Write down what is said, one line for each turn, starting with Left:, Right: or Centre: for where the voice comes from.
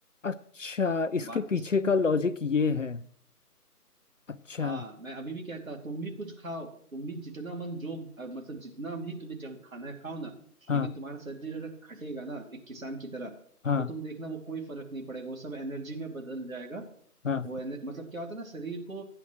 Left: अच्छा इसके
Right: बात को
Left: पीछे
Right: समझो
Left: का लॉजिक ये है अच्छा
Right: हाँ मैं अभी भी कहता तुम भी कुछ खाओ तुम भी जितना मन जो अ, मतलब जितना भी तुम्हें जंक खाना है खाओ ना
Left: हाँ
Right: लेकिन तुम्हारा शरीर अगर खटेगा ना एक किसान की तरह
Left: हाँ
Right: तो तुम देखना वो कोई फर्क नहीं पड़ेगा वो सब एनर्जी में बदल जाएगा
Left: हाँ
Right: वो एन- मतलब क्या होता है ना शरीर को